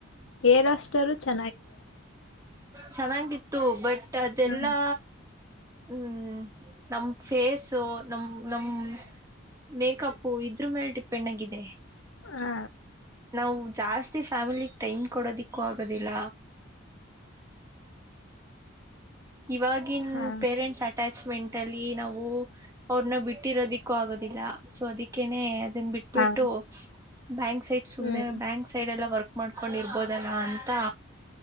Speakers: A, on the left; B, on the right.
A: ಏರ್ ಹೋಸ್ಟರು ಚ
B: ಚೆನ್ನಾಗಿತ್ತು ಬಟ್ ಅದೆಲ್ಲಾ.
A: ಹಾ
B: ಹ್ಮ್ ನಮ್ ಫೇಸು ನಮ್ ನಮ್. ಮೇಕಪು ಇದ್ರ ಮೇಲೆ ಡಿಪೆಂಡ್ ಆಗಿದೆ.
A: ಹಾ
B: ನಾವು ಜಾಸ್ತಿ ಫ್ಯಾಮಿಲಿಗ್ ಟೈಮ್ ಕೊಡೋದಿಕ್ಕೂ ಆಗೋದಿಲ್ಲ. ಇವಾಗಿನ್
A: ಹಾ
B: ಪೇರೆಂಟ್ಸ್ ಆ ಅಟ್ಯಾಚ್ಮೆಂಟ್ ಅಲ್ಲಿ ನಾವು. ಅವ್ರನ್ನ ಬಿಟ್ಟಿರೋದಿಕ್ಕೂ ಆಗೋದಿಲ್ಲ ಸೊ ಅದಕ್ಕೇನೆ ಅದನ್ ಬಿಟ್ಟ.
A: ಹಾ
B: ಬಿಟ್ಟು ಬ್ಯಾಂಕ್ ಸೈಡ್ ಸುಮ್ನೆ
A: ಹ್ಮ್
B: ಬ್ಯಾಂಕ್ ಸೈಡ್ ಎಲ್ಲ ವರ್ಕ್ ಮಾಡ್ಕೊಂಡಿರ್ಬೋದಲ್ಲ ಅಂತ.